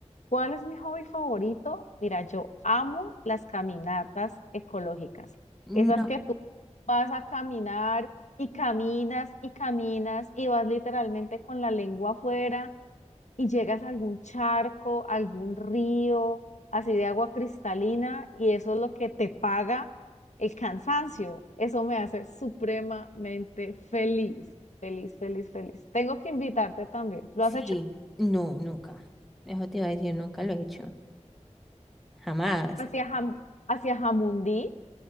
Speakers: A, on the left; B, in the centre.
A: ¿Cuál es mi hobby favorito? Mira, yo amo las caminatas ecológicas.
B: No.
A: Esas que tú vas a caminar y caminas y caminas y vas literalmente con la lengua afuera y llegas a algún charco, algún río, así de agua cristalina y eso es lo que te paga el cansancio. Eso me hace supremamente feliz, feliz, feliz, feliz. Tengo que invitarte también. ¿Lo
B: Sí,
A: has hecho?
B: no, nunca. Eso te iba a decir, nunca lo he hecho. Jamás.
A: Hacia Jam- hacia Jamundí.